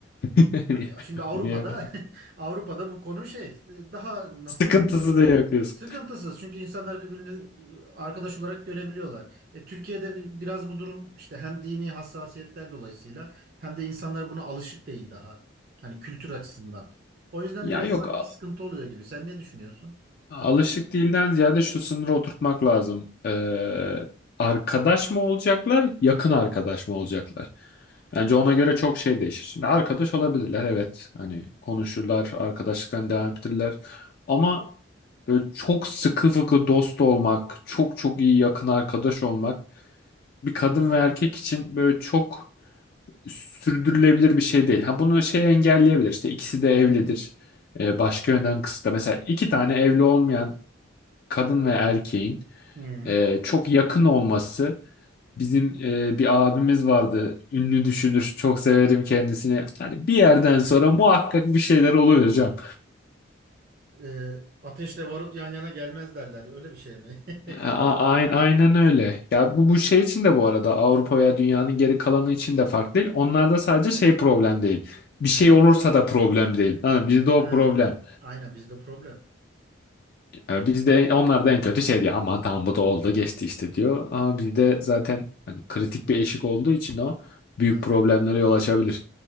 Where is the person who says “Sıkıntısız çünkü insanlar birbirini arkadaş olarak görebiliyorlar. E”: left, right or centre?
Right